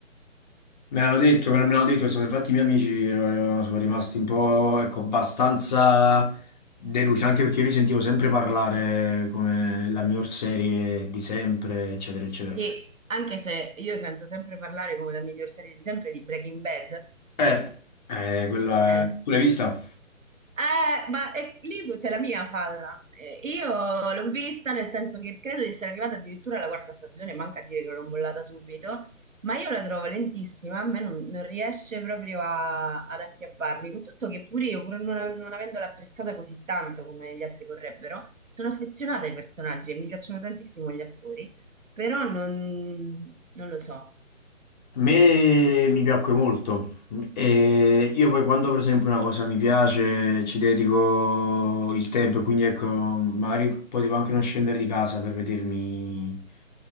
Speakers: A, on the left; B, on the right.
A: Me l'hanno detto, me l'hanno detto, sono- infatti i miei amici eh, sono rimasti un po', ecco, abbastanza delusi, anche perché io li sentivo sempre parlare come la miglior serie di sempre, eccetera, eccetera.
B: Che anche se io sento sempre parlare come la miglior serie di sempre di Breaking Bad,
A: Eh, eh, quella...
B: eh,
A: è... Tu l'hai vista?
B: Eh, ma eh, lì c'è la mia falla. Eh, io l'ho vista nel senso che credo di essere arrivata addirittura alla quarta stagione, manca a dire che l'ho bollata subito, ma io la trovo lentissima, a me non, non riesce proprio a- ad acchiapparmi, con tutto che pure io, pur non, non avendola apprezzata così tanto come gli altri vorrebbero, sono affezionata ai personaggi e mi piacciono tantissimo gli attori, però non, non lo so.
A: A me mi piacque molto. E io poi quando per esempio una cosa mi piace ci dedico il tempo, e quindi ecco, magari potevo anche non scendere di casa per vedermi